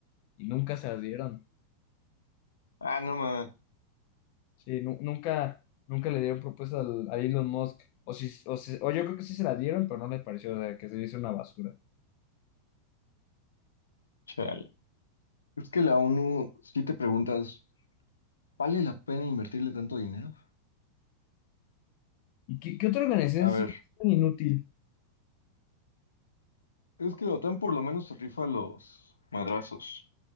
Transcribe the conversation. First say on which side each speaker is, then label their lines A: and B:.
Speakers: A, on the left (about 45°); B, on the left (about 70°).
A: Y nunca se las dieron.
B: Ah, no ma.
A: Sí, nu- nunca, nunca le dieron propuestas al- a Elon Musk. O, si, o, si- o yo creo que sí se la dieron, pero no le pareció, o sea, que se hizo una basura.
B: Chale. Es que la ONU, si te preguntas, ¿vale la pena invertirle tanto dinero?
A: ¿Y qué, qué otra organización
B: A
A: es
B: ver,
A: tan inútil?
B: es que la OTAN por lo menos se rifa los madrazos.